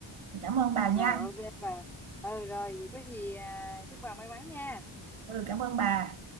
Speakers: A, on the right (about 85°); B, in the centre.
A: cảm ơn bà nha
B: rồi ok bà ừ rồi vậy có gì à, chúc bà may mắn nha
A: ừ cảm ơn bà